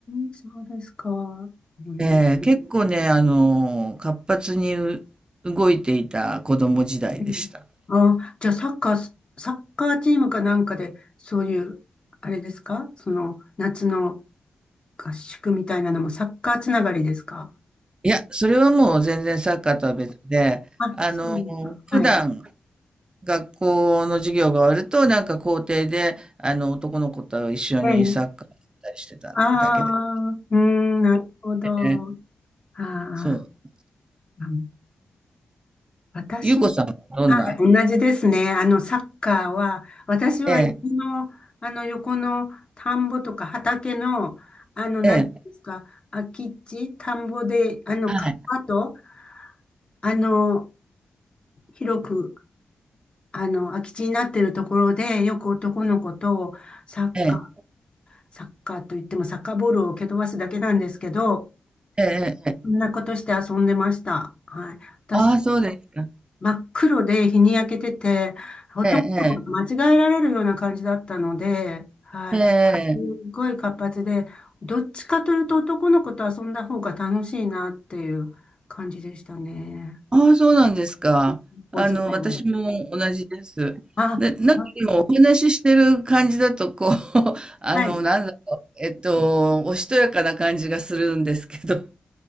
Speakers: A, on the left; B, on the right.
A: んそうですか。うん、
B: ええ、結構ね、あの、活発にう動いていた子供時代でした。
A: うんああ、じゃあサッカー、サッカーチームかなんかで、そういう、あれですかその、夏の合宿みたいなのもサッカーつながりですか
B: いや、それはもう全然サッカーとは別で、
A: あ、
B: あの、
A: そうだ。はい。
B: 普段学校の授業が終わると、なんか校庭で、あの、男の子と一緒にサッカーやったりしてただけで
A: ええ。ああ、うーん、なるほど。
B: ね。
A: ああ、
B: そう。
A: うん私、
B: ゆうこさんはどんな
A: はい、同じですね。あの、サッカーは、私は家の、
B: ええ、
A: あの、横の田んぼとか畑の、あの、なんていうんですか、
B: ええ、
A: 空き地、田んぼで、あの、
B: はい。
A: 川と、あの、広く、あの、空き地になってるところで、よく男の子と、サッカー、
B: ええ、
A: サッカーといっても、サッカーボールを蹴飛ばすだけなんですけど、
B: ええええええ
A: そんなことして遊んでました。はい。私、
B: ああ、そうですか。
A: 真っ黒で日に焼けてて、男の子が間違えられるような感じだったので、
B: ええ、
A: はい。
B: ええ、ええ。
A: すごい活発で、どっちかというと男の子と遊んだ方が楽しいなっていう感じでしたね。
B: ああ、そうなんですか。あの、
A: お時間ある。
B: 私も同じです。
A: あ、
B: で、なんか今お話ししてる感じだと、
A: あ
B: こう、<laughs> あの、
A: はい。
B: なんだろう、えっと、おしとやかな感じがするんですけど。